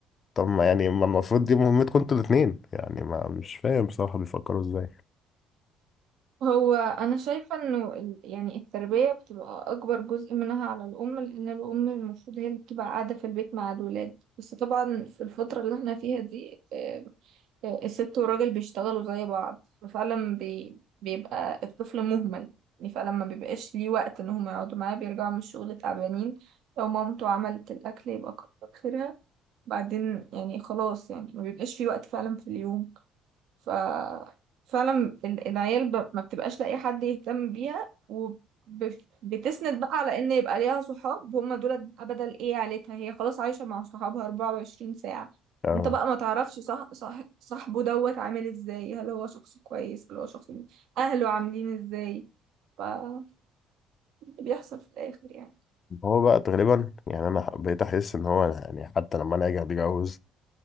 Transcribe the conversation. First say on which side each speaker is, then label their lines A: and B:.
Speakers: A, on the left (about 40°); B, on the right (about 75°).
A: طب ما يعني ما المفروض دي مهمتكم انتوا الاتنين يعني ما مش فاهم بصراحة بيفكروا ازاي
B: هو انا شايفه انه ال- يعني التربيه بتبقى اكبر جزء منها على الام لان الام المفروض هي اللي بتبقى قاعده في البيت مع الولاد بس طبعا في الفتره اللي احنا فيها دي آه، آه، الست والراجل بيشتغلوا زي بعض ففعلا بي بيبقى الطفل مهمل يعني فعلا ما بيبقاش ليه وقت ان هم يقعدوا معاه بيرجعوا من الشغل تعبانين لو مامته عملت الاكل يبقى كتر خيرها بعدين يعني خلاص يعني ما بيبقاش في وقت فعلا في اليوم ف فعلا ال- العيال ب... ما بتبقاش لاقي حد يهتم بيها وبتسند بقى على ان يبقى ليها صحاب هم دول بقى بدل ايه عيلتها هي خلاص عايشة مع صحابها 24 ساعة
A: اه
B: انت بقى ما تعرفش صح... صح... صاحبه دوت عامل ازاي هل هو شخص كويس هل هو شخص اهله عاملين ازاي ف اللي بيحصل في الاخر يعني
A: هو بقى تقريبا يعني انا ح- بقيت احس ان هو أنا يعني حتى لما انا اجي اتجوز